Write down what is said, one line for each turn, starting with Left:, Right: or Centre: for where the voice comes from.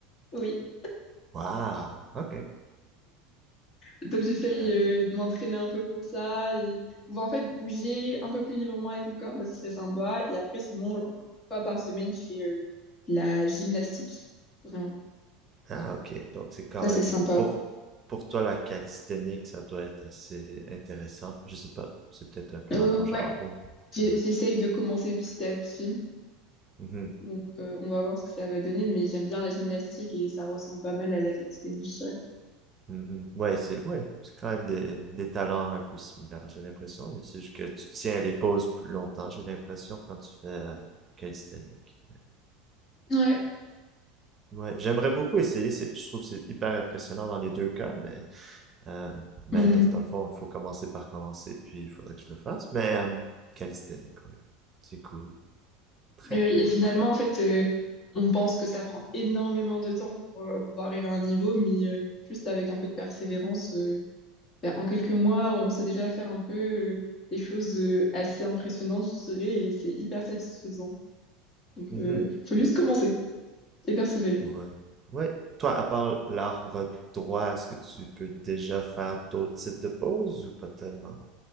Left: Oui.
Right: Wow, ok.
Left: Donc j'essaye
Right: Ouais,
Left: euh, de m'entraîner un peu pour ça et pouvoir en fait bouger un peu plus librement avec mon corps, bah, ce serait sympa. Et après, sinon, euh, une fois par semaine, je fais euh, de la gymnastique. Vraiment.
Right: Ah, ok. Donc, c'est quand
Left: Ça, c'est
Right: même,
Left: sympa.
Right: pour, pour toi, la calisthénie, ça doit être assez intéressant. Je sais pas. C'est peut-être un peu
Left: Euh,
Right: dans ton genre
Left: ouais,
Right: ou?
Left: J'ai-
Right: Ouais.
Left: j'essaye de commencer petit à petit.
Right: Mhm,
Left: Donc euh, on va voir ce que ça va donner, mais j'aime bien la gymnastique et ça ressemble pas mal à la calisthénie, je dirais.
Right: mhm. Ouais, c'est, ouais, c'est quand même des, des talents un peu similaires, j'ai l'impression. C'est juste que tu tiens les pauses plus longtemps, j'ai l'impression, quand tu fais euh, calisthénique.
Left: Mm, ouais.
Right: Ouais, j'aimerais beaucoup essayer. c'est- Je trouve que c'est hyper impressionnant dans les deux cas, mais, euh, mais
Left: Mm.
Right: dans le fond, il faut commencer par commencer, puis il faudrait que je le fasse. Mais, euh, calisthénique, ouais. C'est cool. Très
Left: Et,
Right: cool.
Left: et finalement, en fait, euh, on pense que ça prend énormément de temps pour, euh, pour arriver à un niveau, mais euh, juste avec un peu de persévérance. euh, ben, en quelques mois, on sait déjà faire un peu euh, des choses euh, assez impressionnantes, je dirais, et c'est hyper satisfaisant. Donc,
Right: Mhm.
Left: euh, faut juste commencer et persévérer.
Right: Ouais. Ouais. Toi, à part l'arbre droit, est-ce que tu peux déjà faire d'autres types de poses ou pas tellement?